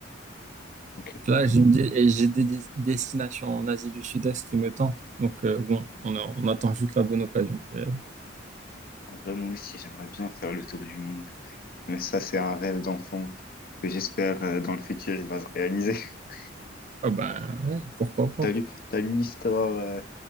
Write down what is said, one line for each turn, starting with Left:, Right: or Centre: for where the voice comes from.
Left: Ok.
Right: là j'ai une dé- et j'ai des des- destinations en Asie du Sud-Est qui me tentent donc euh, bon on, a- on attend juste la bonne occasion pour y aller
Left: En vrai, moi aussi, j'aimerais bien faire le tour du monde. Mais ça, c'est un rêve d'enfant que j'espère euh, dans le futur, il va se réaliser. <laughs>
Right: ah ben ouais pourquoi pas
Left: T'as lu, t'as lu l'histoire, euh,